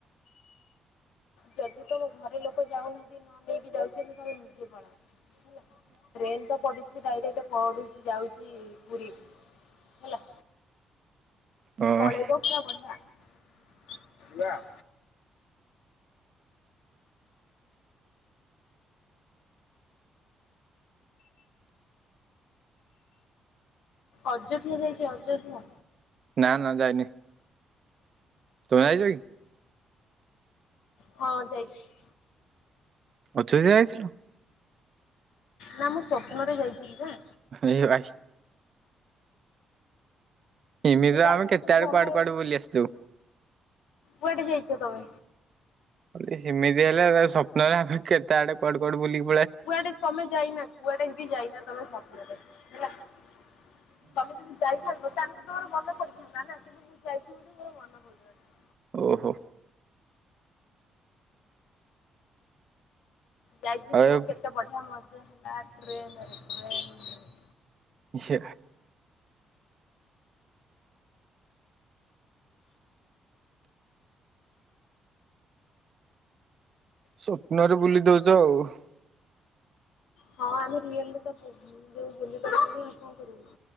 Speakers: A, on the left; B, on the right.
A: ଯଦି ତମ ଘରେ ଲୋକ ଯାଉନାହାତି, ନ ନେଇକି ଯାଉଛନ୍ତି! ତାହେଲେ ନିଜେ ପଳାଅ । ହେଲା, ଟ୍ରେନ ତ ପଡ଼ିଚି। ସେ ଡାଇରେକ୍ଟ ପଡ଼ୁଛି, ଯାଉଛି ପୁରୀରୁ ହେଲା।
B: ହଁ
A: ପଳେଇବ ପୁରା ବଢିଆ। <inaudible> ଅଯୋଧ୍ୟା ଯାଇଛି ଅଯୋଧ୍ୟା?
B: ନା, ନା ଯାଇନି। ତୁମେ ଆଇଯ କି?
A: ହଁ ଯାଇଛି।
B: ଅଜୋଜ୍ୟା ଯାଇଥିଲୂ?
A: ନା, ମୁଁ ସ୍ୱପ୍ନରେ ଯାଇଥିଲି ନା।
B: ଏ ଭାଇ। ଏମିତି
A: ମୁଁ ଯାଇଥିଲି
B: ଆମେ କେତେ
A: କିନ୍ତୁ
B: ଆଡୁ
A: ଭଲ
B: କୁଆଡୁ
A: ହେଇନି
B: କୁଆଡୁ ବୁଲି ଆସିଛୁ ।
A: କୁଆଡେ ଯାଇଛ ତମେ?
B: ଯଦି ସିମିତି ହେଲା, ତା ସ୍ୱପ୍ନରେ ଆମେ କେତେ ଆଡେ କୁଆଡୁ କୁଆଡୁ ବୁଲିବୁ ।
A: କୁଆଡେ ତମେ ଯାଇନା? କୁଆଡେ ବି ଯାଇନ? ତମ ସପ୍ନରେ ହେଲା । ତମେ ଯଦି ଯାଇଥାନ୍ତ! ତାଙ୍କୁ ତ ମୋର ମନ ପଡିିଥାନ୍ତା। ନା କିନ୍ତୁ, ମୁଁ ଯାଇଛି ବୋଲି ମୋର ମନେ ପଡୁନାହିଁ।
B: ଓହୋ!
A: ଯାଇଥିଲୁ।
B: ଆଉ
A: କେତେ ବଢିଆ ମ ଇଏ ହେଲା ଟ୍ରେନରେ ଟ୍ରେନରେ ।
B: ଇହେ। ସ୍ୱପ୍ନରେ ବୁଲି ଦଉଚ ଆଉ ।
A: ହଁ ଆମେ ରିଅଲରେ ତ ଯୋଉ ବୁଲି ପାରିବୁନି ଆଉ କଣ କରିବୁ?